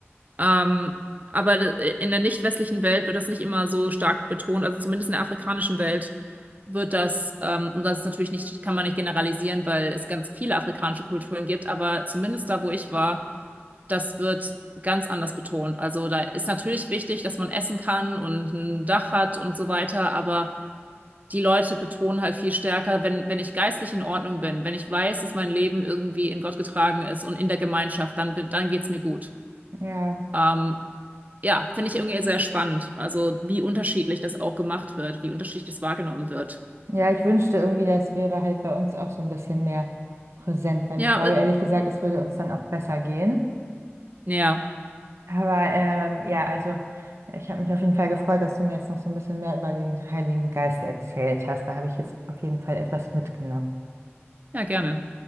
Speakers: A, on the right (about 35°); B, on the right (about 75°).
A: Ähm, aber in der nicht westlichen Welt wird das nicht immer so stark betont. Also zumindest in der afrikanischen Welt wird das, ähm, und das ist natürlich nicht, kann man nicht generalisieren, weil es ganz viele afrikanische Kulturen gibt, aber zumindest da, wo ich war, das wird ganz anders betont. Also da ist natürlich wichtig, dass man essen kann und ein Dach hat und so weiter, aber die Leute betonen halt viel stärker, wenn, wenn ich geistlich in Ordnung bin, wenn ich weiß, dass mein Leben irgendwie in Gott getragen ist und in der Gemeinschaft, dann, bin- dann geht's mir gut.
B: Ja,
A: Ähm, ja, finde ich irgendwie sehr spannend. Also wie unterschiedlich das auch gemacht wird, wie unterschiedlich das wahrgenommen wird.
B: ja, ich wünschte irgendwie, das wäre halt bei uns auch so ein bisschen mehr präsent, weil
A: Ja,
B: ich glaube,
A: äh,
B: ehrlich gesagt, es würde uns dann auch besser gehen.
A: ja,
B: Aber ähm, ja, also ich habe mich auf jeden Fall gefreut, dass du mir jetzt noch so ein bisschen mehr über den Heiligen Geist erzählt hast. Da habe ich jetzt auf jeden Fall etwas mitgenommen.
A: ja, gerne.